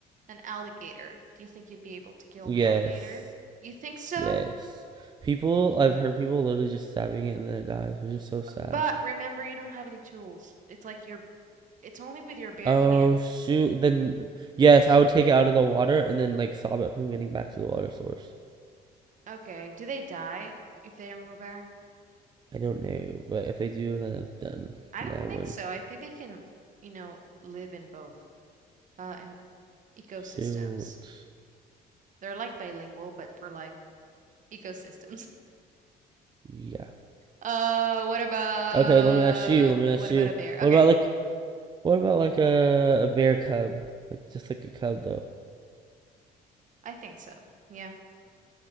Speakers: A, on the right; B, on the right.
A: an alligator? Do you think you'd be able to kill
B: Yes.
A: an alligator? You think so?
B: Yes. People, I've heard people literally just stabbing it and then it dies, which is so sad.
A: But remember, you don't have any tools. It's like you're It's only with your bare
B: Oh,
A: hands.
B: shoot. Then, yes, I would take it out of the water and then, like, stop it from getting back to the water source.
A: Okay. Do they die if they don't go back?
B: I don't know, but if they do, then it's done.
A: I
B: Then
A: don't
B: I
A: think
B: win.
A: so. I think they can, you know, live in both uh and ecosystems.
B: Shoot.
A: They're like bilingual, but for like ecosystems. <laughs>
B: Yeah.
A: Uh, what about
B: Okay, let me ask you. Let me ask
A: what about
B: you.
A: a bear?
B: What
A: Okay,
B: about, like, what about, like, a, a bear cub? Like, just like a cub, though.
A: I think so. Yeah.